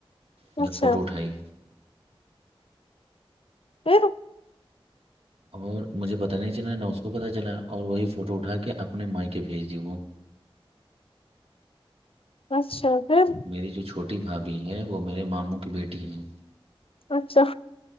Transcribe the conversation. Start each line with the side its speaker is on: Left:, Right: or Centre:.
Right: مطلب
Left: اچھا
Right: فوٹو اٹھائی
Left: پھر
Right: اور مجھے پتہ نہیں چلا نہ اس کو پتہ چلا اور وہی فوٹو اٹھا کے اپنے مائی کے بھیج دی وہ
Left: اچھا پھر
Right: میری جو چھوٹی بھابھی ہے وہ میرے ماموں کی بیٹی ہے
Left: اچھا